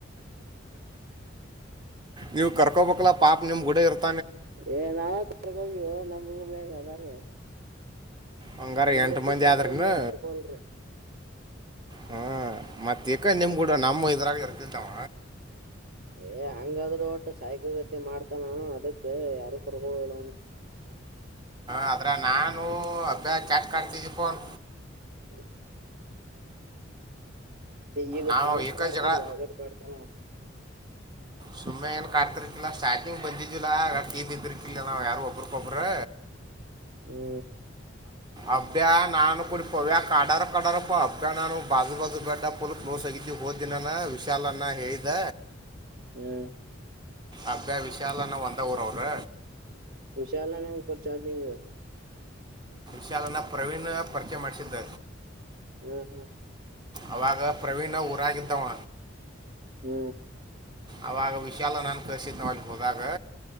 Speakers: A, on the right; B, on the right.
A: ನೀವು ಕರ್ಕೋಬೇಕಕ್ಲ್ಲ ಪಾಪ ನಿಮ್ ಗುಡ ಇರ್ತ
B: ಏ ನಾವ ಕರ್ಕೊಂಡೀವು ನಮೂಮ ಅದಾರ
A: ಹಂಗಾರ
B: ನಮ್ಮನ
A: ಎಂಟು ಮಂದಿ
B: ಬಿಟ್ಟ ಯಾರ
A: ಅದೇನೂ
B: ರೂಮ್ನ್ಯಾಗ ಕರ್ಕೊಲ್ರಿ
A: ಹಾ ಮತ್ತ ಈಕ್ಕ ನಿಮ್ಗೂಡ ನಮ್ಮ ಇದ್ರಾಗ ಇರ್ತಿದ್ದಾವ
B: ಏ ಹಂಗಾದ್ರೂ ಒಟ್ಟು ಸಾಯಕಲ್ ಗತಿ ಮಾಡ್ತಾನ ಅದಕ್ ಯಾರು ಕುರಕಡ
A: ಆದ್ರ ನಾನು ಅಭ್ಯಾಸ ಕ್ಯಾಟ್ ಕಡ್ತಿದ್ದಿ ಫೋನ್
B: ಹೂ ಈಗ
A: ನಾವು
B: ಸುಮತ್
A: ಏಕ
B: ಕಾಡ್ತಾನ
A: ಜಗಳ
B: ಒಾಳ್ಗಡೆ ಕಾಡ್ತಾನ
A: ಸುಮ್ಮನೆ ಏನು ಕಾಡ್ತಿರ್ತಿಿಲ್ಲ ಸ್ಟಾರ್ಟಿಂಗ್ ಬಂದಿದ್ದಿಲ್ಲ ಕೀ ಬಿದ್ದಿಕಿಲ್ಲ ನಾವು ಯಾರು ಒಬ್ಬ್ರಗೊಬ್ಬರು
B: ಹೂ
A: ಅಬ್ಬ್ಯ ನಾನು ಕುಡಿ ಪವ್ಯಾ ಕಾಡಾರ ಕಡಾರಪ್ಪ ಅಬ್ಬ್ಯ ನಾನು ಬಾಜು ಬಾಜು ಬಡ್ಡ ಪಲ ನೋ ಸಗತ ಹೋದನಾನ ವಿಶಾಲನ್ನ ಹೇಳ್ದ
B: ಹ್ಮ್
A: ಅಬ ವಿಷಾಲನ ವಂದ ಊರ ಅವರು
B: ವಿಶಾಲಾನ ಕೊರ್ಚ ಆದಧ್ಯಂಗ
A: ಶಾಲನ್ನು ಪ್ರವೀಣ್ ಪರಿಚಯ ಮಾಡಿಸಿದ್ದ
B: ಹೂ ಹೂ
A: ಅವಾಗ ಪ್ರವೀಣ ಊರಾಗಿದ್ದವ
B: ಹೂ
A: ಅವಾಗ ವಿಶಾಲ ನನ್ು ಕಸಿದ ನ ಎಲ್ಲಿಗೆ ಹೋದಾಗ